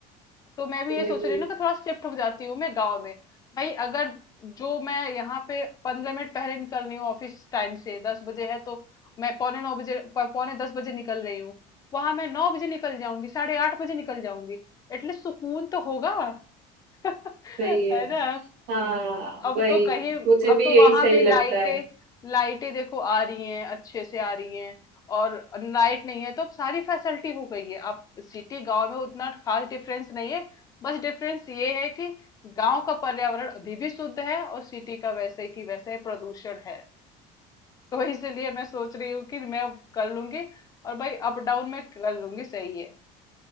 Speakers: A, on the left; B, on the right.
A: तो मैं भी ये
B: वही
A: सोच रही हूँ ना कि थोड़ा शिफ्ट हो जाती हूँ मैं गांव में भाई अगर जो मैं यहाँ पे पंद्रह मिनट पहले निकल रही हूँ ऑफिस टाइम से दस बजे है तो मैं पौने नौ बजे प- पौने दस बजे निकल रही हूँ वहां मैं नौ बजे निकल जाऊंगी साढ़े आठ बजे निकल जाऊंगी एटलीस्ट सुकून तो होगा <laughs>
B: सही
A: है
B: है
A: ना
B: हाँ
A: अब
B: वही
A: तो कहीं
B: मुझे
A: अब
B: भी
A: तो
B: यही
A: वहां
B: सही
A: पे
B: लगता
A: लाइटें
B: है
A: लाइटें देखो आ रही हैं अच्छे से आ रही हैं और लाइट नहीं है तो अब सारी फैसिलिटी हो गई है अब सिटी गांव में उतना खास डिफरेंस नहीं है बस डिफरेंस ये है कि गांव का पर्यावरण अभी भी शुद्ध है और सिटी का वैसे की वैसे प्रदूषण है तो इसलिए मैं सोच रही हूँ कि मैं कर लूंगी और भाई अप डाउन में कर लूंगी सही है